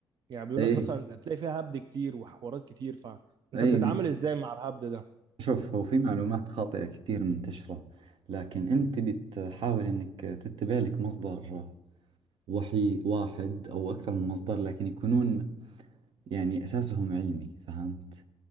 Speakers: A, on the right (about 50°); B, on the right (about 65°).
A: يعني بيقول
B: أي
A: لك مثلا هتلاقي فيها هبد كتير وحوارات كتير فانت
B: أي
A: بتتعامل ازاي مع الهبد ده
B: شوف هو في معلومات خاطئة كثير منتشرة لكن أنت بتحاول إنك تتبع لك مصدر وحي واحد أو أكثر من مصدر لكن يكونون يعني أساسهم علمي فهمت